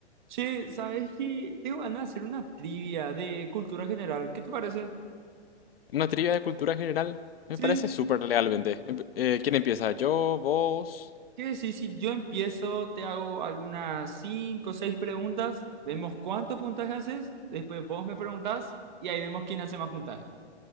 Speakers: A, on the right; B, on the left.
A: Che, ¿sabes qué? Tengo ganas de hacer una trivia de cultura general. ¿Qué te parece?
B: Una trivia de cultura general me
A: Sí,
B: parece súper lealmente. Empe- eh, ¿quién empieza? Yo, vos.
A: ¿qué decís? Si yo empiezo, te hago algunas cinco o seis preguntas, vemos cuánto puntaje haces, después vos me preguntás y ahí vemos quién hace más puntaje.